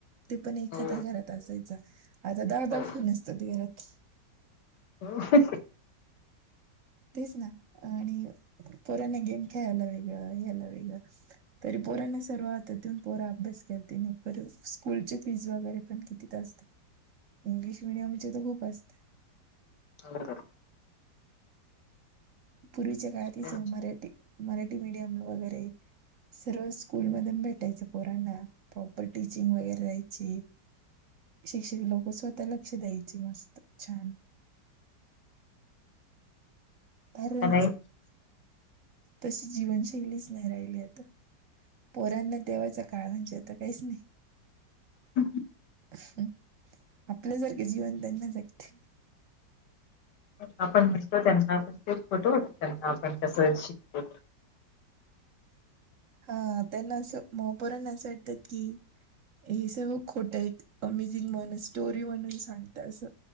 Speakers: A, on the right; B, on the left.
A: ते पण एखाद्या
B: हो
A: घरात असायच आता दहादा
B: हो
A: फोन असतात घरात.
B: हो.
A: तेच ना आणि पोराना गेम खेळायला वेगळं ह्याला वेगळं तरी पोरांना सर्व हातात देऊन पोरा अभ्यास करते नाही स्कूलची फीज वगैरे पण किती असते इंग्लिश मिडियम तर खूप असते.
B: हो.
A: पूर्वीच्या काळात
B: त्यांच्या
A: हीच मराठी. मराठी मिडियम वगैरे सर्व स्कूल मधून भेटायचं पोरांना. प्रॉपर टीचिंग वगैरे राहायची. शिक्षक लोक स्वतः लक्ष द्यायचे मस्त छान. अरयच
B: नाही
A: <unintelligible> तशी जीवनशैलीच नाही राहिली आता. पोराना तेव्हाचा काळ म्हणजे आता काहीच नाही.
B: हम.
A: आपलं सारख जीवन त्यांना जगते.
B: आपण म्हणतो त्यांना आपण ते खोट वाटत त्यांना आपण कस शिक
A: हा त्यांना असं माया पोराना असं वाटतात की हे सगळ खोटेत अमेजिंग म्हणून स्टोरी सांगते असं.